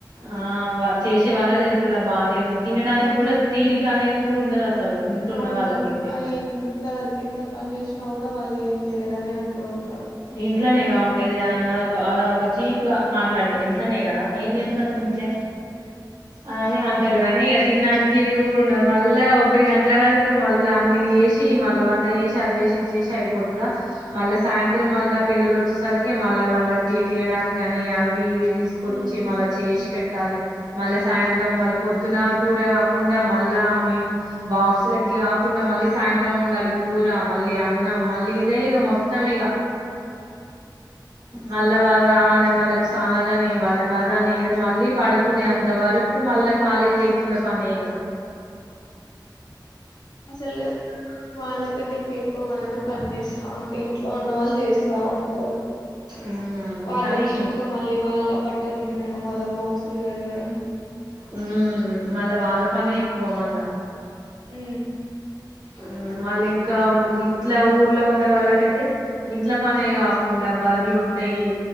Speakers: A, on the right; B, on the left.
A: ఆ చేసే వాళ్ళకి తెలుస్ తే బా <unintelligible> దేందు తినడానికి
B: ఆ
A: కూడా తీరిక అనేది కూడా ఉన్ అసలు ఉంటున్న
B: అవును
A: వాళ్లకైతే
B: ఆ ఎంత ఎంత పని చేసినా కూడా వాళ్లు ఏం చెయ్యలేదనే అంటూ ఉంటారు
A: ఇంట్లోనేగా ఉండేది అనా ఒక్క అలా ఒక్క చీప్ గా మాట్లాడతారు ఇన్ ఇంట్లోనే కదా ఏం చేస్తారు
B: ఉమ్
A: ఇంట్లే అలానే అంటారు గానీ తినడానికి తీరిక కూడా ఉండదు మళ్ళా ఒక్కటి గంటల వరకు మళ్ళా అన్ని ఎసి మళ్ళా పన్ తయేసి అంత చేసి ఇంత చేసి అయిపోయిందా మళ్ళ సాయంత్రం మళ్ళ పిల్లలు వచ్చేసరికి మళ్ళా వాళ్ళకి తినడానికి అని అవి ఇవి తీసుకొచ్చి
B: ఉమ్
A: మళ్ళ చేసి పెట్ ట్టలే మళ్ళ సాయంత్రం మళ్ళ పొద్దున కూర కాకుండా మళ్ళా మేం బాక్సులకి కాకుండా మళ్ళ సాయంత్రం వోండాలీ కూర మళ్ళీ అన్నం మళ్ళీ అదే ఇక మొత్తం ఇక మళ్ళా వాళ్ళు రావనే వాళ్ళకి ఉస్ తాన లానే వాళ్ళ కి ఆ దాని ఏదో మళ్లీ పడుకునేంత వరకు మల్ల ఖాళీలు లేకుండా పనే ఇక
B: అసలు వాళ్లకన్నా ఇంకే ఎక్కువ మనమే పని చేస్తా ఉంటే ఇంట్లో ఉన్నవాళ్ళు చేస్ తావుంటారు
A: ఉమ్
B: వాళ్ళు
A: కానీ
B: వచ్చి నంక మళ్ళీ వాళ్ళ బట్ బట్టలు పిండడం వాళ్ల బాక్సులు కడగడం
A: ఉ మళ్ళా వాళ్ళ పనే ఎక్కువ మళ్ళా
B: ఊ
A: యూ మళ్ళీ ఇంకా ఇట్ల ఊర్లో ఉండే వాళ్ళకైతే ఇంట్ల పనే కాకుండా బర్రెలు ఉంటాయి